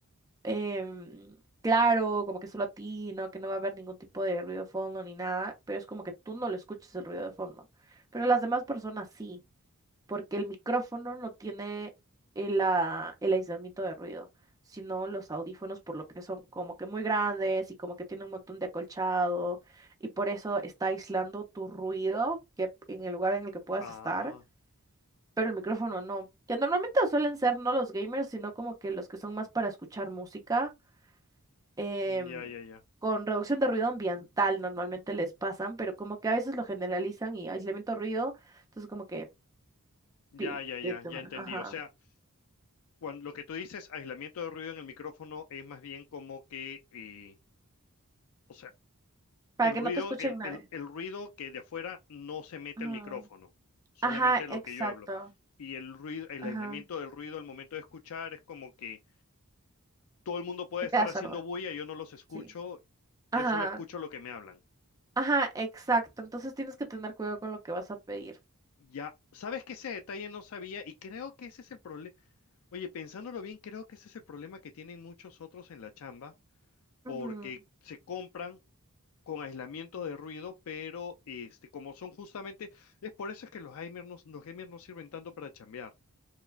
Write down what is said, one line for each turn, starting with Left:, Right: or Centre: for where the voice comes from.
Right: em, claro, como que solo a ti, ¿no? Que no va a haber ningún tipo de ruido de fondo ni nada, pero es como que tú no lo escuches el ruido de fondo, pero las demás personas sí porque el micrófono no tiene el, ah, el aislamiento de ruido, sino los audífonos, por lo que son como que muy grandes y como que tienen un montón de acolchado, y por eso está aislando tu ruido que en el lugar en el que puedas
Left: Ah,
Right: estar, pero el micrófono no. Que normalmente suelen ser no los gamers, sino como que los que son más para escuchar música. em,
Left: ya, ya, ya.
Right: con reducción de ruido ambiental normalmente les pasan, pero como que a veces lo generalizan y aislamiento de ruido, entonces como que
Left: Ya,
Right: pi-
Left: ya, ya,
Right: de tema,
Left: ya entendí.
Right: Ajá.
Left: O sea, cuando, lo que tú dices, aislamiento de ruido en el micrófono, es más bien como que, eh, o sea,
Right: para
Left: el
Right: que
Left: ruido,
Right: no te escuchen
Left: el,
Right: nadie.
Left: el, el ruido que de afuera no se mete
Right: Ajá,
Left: al micrófono, solamente
Right: ajá,
Left: lo
Right: exacto.
Left: que yo hablo. Y el ruido, el
Right: Ajá,
Left: aislamiento del ruido al momento de escuchar es como que todo el mundo puede
Right: te
Left: estar
Right: quedas
Left: haciendo
Right: sordo.
Left: bulla, yo no los escucho,
Right: Sí. Ajá,
Left: yo solo escucho lo que me hablan.
Right: ajá, exacto. Entonces tienes que tener cuidado con lo que vas a pedir.
Left: Ya, sabes que ese detalle no sabía y creo que ese es el problema. Oye, pensándolo bien, creo que ese es el problema que tienen muchos otros en la chamba, porque
Right: Ujú,
Left: se compran con aislamiento de ruido, pero este, como son justamente, es por eso es que los gamers no, los gamers no sirven tanto para chambear,